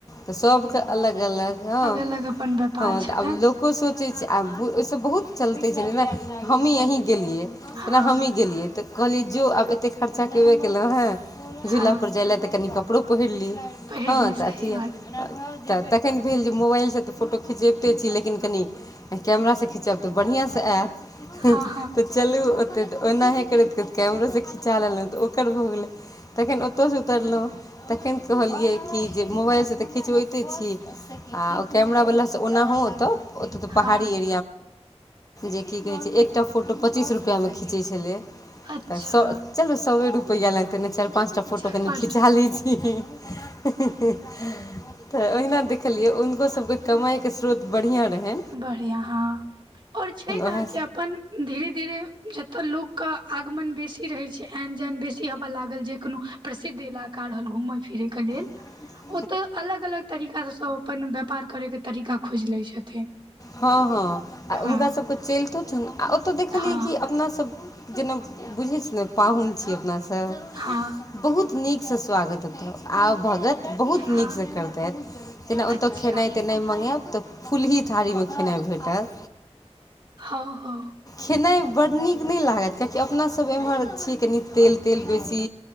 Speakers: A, on the left; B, on the right.
A: तऽ सबके अलग अलग हँ
B: अलग अपन व्यापार
A: हँ तऽ
B: छलनि
A: आब लोको सोचै छै आ ओहिसँ बहुत चलते छै जेना हमही अहीं गेलियै
B: हँ
A: जेना हमही गेलियै तऽ कहलियै जो आब एते खर्चा केबे केलहु
B: हँ
A: झूलापर जाय लेलए तऽ कनि कपड़ो पहिर ली
B: पहिरली
A: हँ तऽ
B: सही
A: अथि यए।
B: बात
A: तऽ तखन भेल जे मोबाइलसँ तऽ फोटो खिचबिते छी लेकिन कनि कैमरासँ खिचब तऽ बढ़िआँसँ आयत।
B: हँ हँ
A: चलू ओतेक तऽ ओनाहे करैत कैमरोसँ खिचा लेलहुँ तऽ ओकर भऽ गेलै। तखन ओतयसँ उतरलहुँ तखन कहलियै कि जे मोबाइलसँ तऽ खिचबैते छि। आ ओ कैमरा वालला से ओनाहो ओत ओत तऽ पहाड़ी
B: हँ
A: ए जे की कहै छै एकटा फोटो पच्चीस रुपआमे खीचै छलै।
B: अच्छा
A: तऽ सए चलू सए रुपैआ लगतै नहि चारि पाँच टा फोटो
B: चारि
A: कनि
B: पाँच
A: खिचा
B: टा
A: लैत छि। तऽ ओहिना देखलियै हुनको सबके कमाइके स्रोत बढ़िआँ रहै।
B: बढ़िआँ हँ आओर छै ने
A: उएह
B: कि अपन धीरे धीरे जतय लोकके आगमन बेसी रहैत छै एन जन बेसी हवा लागल जे कोनो प्रसिद्ध इलाका रहल घुमै फिरै के लेल
A: <inaudible>
B: ओ तऽ अलग अलग तरीका से सब अपन व्यापार करे के तरीका खोज ले छथिन।
A: हाँ हां
B: हँ
A: आ हुनका सब किछ चलितो छनि आ ओतऽ देखलियै
B: हँ
A: कि अपना सब जेना बुझै छै ने पाहुन छीियै अपनासभ सब
B: हँ
A: बहुत नीकसँ स्वागत होतहु आउ भगत। बहुत
B: हँ
A: नीकसँ करतथि जेना ओतौ
B: अच्छा
A: खेनाइ-तेनाइ मंगायेब तऽ फुल्ही थारीमे खेनाइ भेटत।
B: हौ हौ
A: खेनाइ बड्ड नीक <unintelligible> नहि लागत कियाकि अपना सब एम्हर छियै कनि तेल तेल बेसी